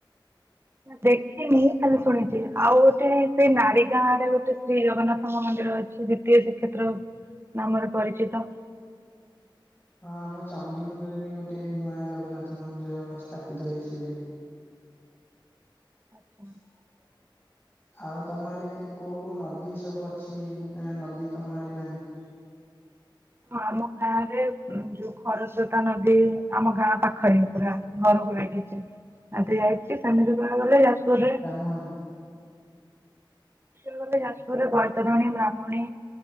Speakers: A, on the right (about 30°); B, on the left (about 25°).
A: ଦେଖିନି ଖାଲି ଶୁଣିଛି ଆଉ ଗୋଟେ ସେଇ ନାରୀ ଗାଁ ରେ ଗୋଟେ ଶ୍ରୀ ଜଗନ୍ନାଥଙ୍କ ମନ୍ଦିର ଅଛି। ସେ ଦ୍ୱିତୀୟ ଶ୍ରୀକ୍ଷେତ୍ର ନାମରେ ପରିଚିତ।
B: ହଁ ଆମ ଚଣ୍ଡିଖୋଲରେ ବି ଗୋଟେ ନୂଆ ଜଗନ୍ନାଥ ମନ୍ଦିର ସ୍ଥାପିତ ହେଇଛି ଏବେ। <inaudible>
A: ଆଚ୍ଛା।
B: ଆଉ ତମ ଆଡେ କୋଉ କୋଉ ନଦୀ ସବୁ ଅଛି ନା ନଦୀ ତମ ଆଡେ ନାହିଁ?
A: ହଁ ଆମ ଗାଁ ରେ ଯୋଉ ଖରସୋତା ନଦୀ ଆମ ଗାଁ ପାଖରେ ପୁରା ଘରକୁ ଲାଗିଛି। ଆଜି ଯାଇଛି ସେମିତି କହିଆକୁ ଗଲେ ଯାଜପୁର ରେ
B: ମଣି
A: ଗଲେ ଯାଜପୁରରେ ବୈତରଣୀ, ବ୍ରାହ୍ମଣୀ,